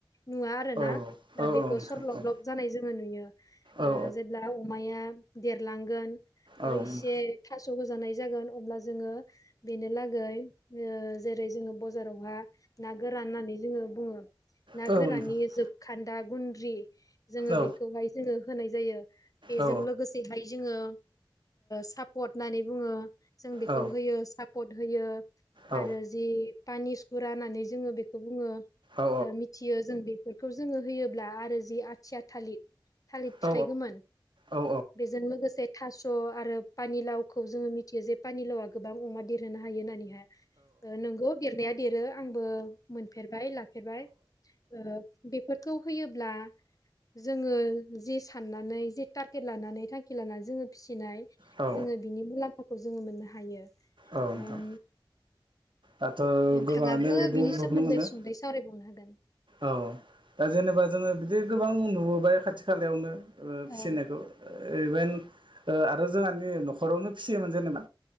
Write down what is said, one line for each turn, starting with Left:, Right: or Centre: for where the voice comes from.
Left: नुवा आरो
Right: औ
Left: ना
Right: औ नोंथां औ
Left: बेखौ
Right: नोंथां
Left: सरलब
Right: औ
Left: लब जानाय जोङो नुयो ओ
Right: औ
Left: जेब्ला अमाया देरलांगोन
Right: औ
Left: ओ इसे
Right: औ
Left: थास होजानाय जागोन अब्ला जोङो बेनो लागै ओ जेरै जों बाजाराव हा ना ना गोरान होननानै जोङो बुङो ना
Right: औ नोंथां
Left: गोरानि जोबखान्दा गुन्द्रि जोङो
Right: औ
Left: बेखौहाय जोङो होनाय जायो बेजों
Right: औ
Left: लोगोसेहाय जोङो सापर्ट होननानै बुङो जों बेखौ
Right: औ
Left: होयो सापर्ट होयो
Right: औ
Left: आरो जि पानि सुखुरा होननानै जोङो बेखौ बुङो
Right: औ
Left: मिथियो जों बे बेखौ जोङो होयो ब्ला आरो जि आथिया थालिर
Right: औ
Left: गोमोन
Right: औ नोंथां
Left: बेजों लोगोसे थासु स' आरो पानिलावखौ जोङो मिथियो जे पानिलावा गोबां अमा देरहोनो हायो होननानैहाय नंगौ देरनाया देरो आंबो मोनफेरबाय लाफेरबाय ओ बेफोरखौ होयोब्ला जोङो जे साननानै जे टारगेट लानानै थांखि लानानै जोङो फिसिनाय
Right: औ
Left: जोङो बिनि मुलाम्फाखौ जोङो मोननो हायो
Right: औ नोंथां
Left: ओम
Right: दाथ'
Left: नोंथाङाबो
Right: गोबाङानो बिदि
Left: बिनि सोमोन्दै
Right: नुनो मोन
Left: सुंदै सावरायबावनो हागोन
Right: औ दा जेनेबा जोङो बिदिनो गोबां नुबोबाय खाथि खालायावनो ओ फिसिनायखौ
Left: औ
Right: इभेन आरो जोंहानि न'खरावनो फिसियोमोन जेनेबा